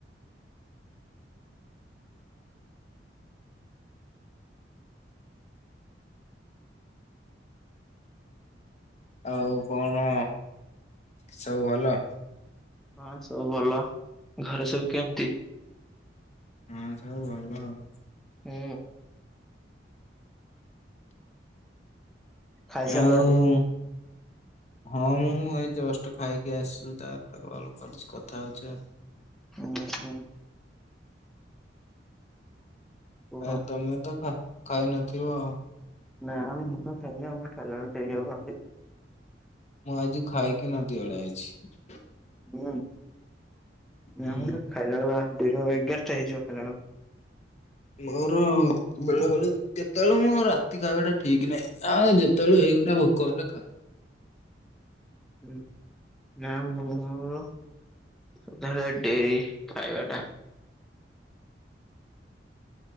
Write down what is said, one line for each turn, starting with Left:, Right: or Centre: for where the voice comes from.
Left: ଆଉ କଣ ସବୁ ଭଲ।
Centre: ହଁ ସବୁ ଭଲ ଘରେ ସବୁ କେମିତି?
Left: ହଁ ସବୁ ଭଲ ଆଉ।
Centre: ହୁଁ। ଖାଇସାରିଲଣି?
Left: ଆଉ। ହଁ ମୁଁ ଏଇ ଜଷ୍ଟ ଖାଇକି ଆସିଥିଲି ତ ତାପରେ କଲ କରୁଚି କଥା ହେଉଛି।
Centre: ହୁଁ ହୁଁ। କୁହ
Left: ଆ ତମେ ତ ଖାଇ ନଥିବ।
Centre: ନା ଆମେ ମୁଁ ତ ଖାଇନି ଆମେ ଖାଇଲାବେଳେ ଡେରି ହବ
Left: ମୁଁ ଆଜି ଖାଇକି ନଦୀ ଆଡ଼େ ଆଇଚି।
Centre: ହୁଁ
Left: ହୁଁ।
Centre: ଖାଇଲା ବେଳକୁ ଦେଢ଼ ଏଗାରଟା ହେଇଯିବ ଖାଇ
Left: ମୋର ବେଳେ ବେଳେ କେତେବେଳେ ମୁଁ ରାତି ଖାଇବା ଟା ଠିକ୍ ନାହିଁ। ଆଉ ଯେତେବେଳେ ହେଇଗଲେ ଆ ଭୋକ କଲେ ଖାଏ।
Centre: ହୁଁ ନା ମୋର ସଦାବେଳେ ଡେରି ଖାଇବା ଟା।